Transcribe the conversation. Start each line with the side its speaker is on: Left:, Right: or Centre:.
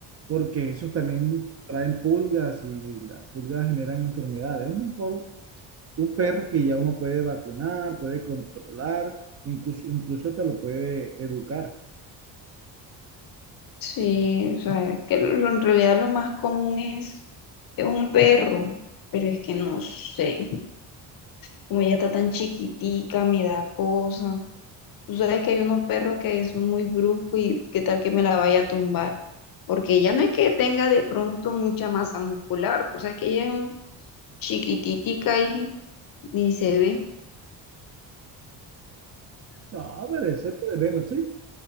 Right: porque esos también traen pulgas y las pulgas generan enfermedades. Es mejor un perro que ya uno puede vacunar, puede controlar, incluso, incluso te lo puede educar.
Left: Sí, o sea, es que lo- en realidad lo más común es, es un perro, pero es que no sé, como ella está tan chiquitica, me da cosa. Tú sabes que hay unos perros que son muy bruscos y qué tal que me la vaya a tumbar, porque ella no es que tenga de pronto mucha masa muscular, o sea, que ella es chiquititica y ni se ve.
Right: No, pero ese puede bueno, sí,